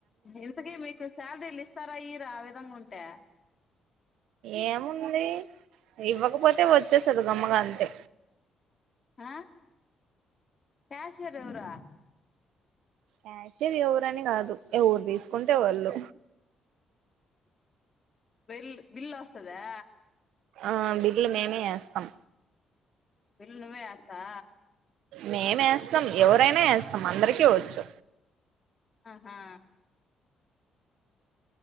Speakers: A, on the left; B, on the right.
A: ఇంతకీ మీకు సలరీలు ఇస్తారా ఇయ్యరా ఆ విధంగా ఉంటే?
B: ఏముంది ఇవ్వకపోతే వచ్చేస్తది గమ్మగా అంతే
A: ఆ క్యాషియర్ ఎవరా?
B: క్యాషియర్ ఎవరని కాదు, ఎవరు తీసుకుంటే వాళ్ళు
A: వెల్ బిల్ వస్తదా?
B: ఆ బిల్లు మేమే ఏస్తాం.
A: బిల్ నువ్వే ఏస్తా
B: మేమేస్తాం ఎవరైనా ఏస్ మం అందరికి వచ్చు
A: ఆహా